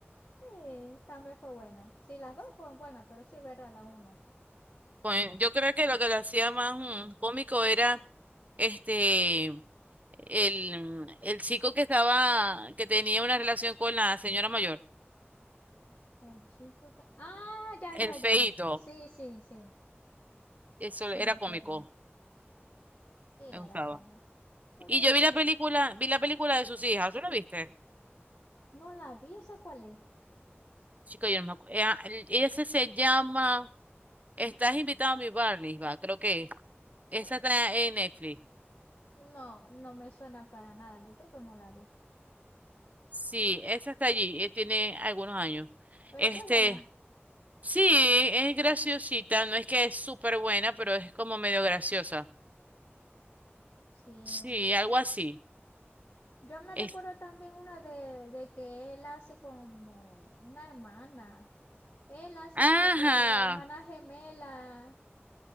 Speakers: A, on the left (about 75°); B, on the right (about 35°).
A: Sí, también fue buena. Sí, las dos fueron buenas, pero sí verá la uno.
B: Pues, yo creo que lo que lo hacía más mm, cómico era este el, el chico que estaba, que tenía una relación con la señora mayor,
A: El chico que- Ah, ya,
B: el
A: ya,
B: feíto.
A: ya. Sí, sí, sí,
B: Eso
A: sí
B: era
A: me acuerdo.
B: cómico,
A: Sí,
B: me
A: era
B: gustaba.
A: cómico. Podéis
B: Y yo
A: ver
B: vi la película, vi la película de sus hijas, ¿tú la viste?
A: No la vi, ¿esa cuál es?
B: Chica, yo no me acuerdo. Ese se llama Estás invitado a mi Barney, va, creo que es. Esa
A: Bue-
B: está en Netflix.
A: No, no me suena para nada, yo creo que no la vi,
B: Sí, esa está allí, eh, tiene algunos años.
A: pero
B: Este,
A: sí es buena,
B: sí, es graciosita, no es que es súper buena, pero es como medio graciosa.
A: sí.
B: Sí, algo así.
A: Yo me recuerdo
B: Es,
A: también una de, de que él hace como una hermana, él hace
B: ajá,
A: el papel de la hermana gemela,